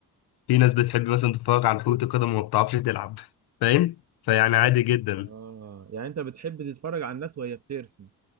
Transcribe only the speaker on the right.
اه يعني انت بتحب تتفرج على الناس وهي بترسم